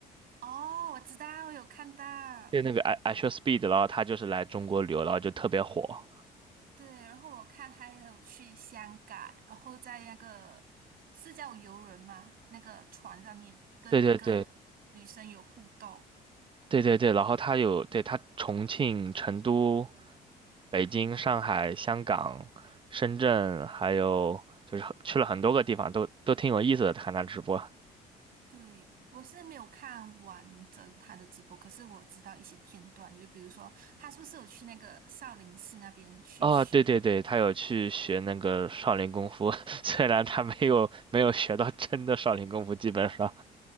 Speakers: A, on the right; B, on the right.
A: 哦，我知道，我有看到。
B: 就那个 I I Shall Speed，然后他就是来中国旅游，然后就特别火。
A: 对，然后我看他也有去香港，然后在那个是叫游轮吗？那个船上面跟一个女生有互动。
B: 对对对，对对对，然后他有，对，他重庆、成都、北京、上海、香港、深圳，还有就是去了很多个地方，都都挺有意思的。看他直播
A: 对，我是没有看完整他的直播，可是我知道一些片段，就比如说他是不是有去那个少林寺那边去学
B: 哦，对对对，他有去学那个少林功夫，<laughs> 虽然他没有没有学到真的少林功夫，基本上，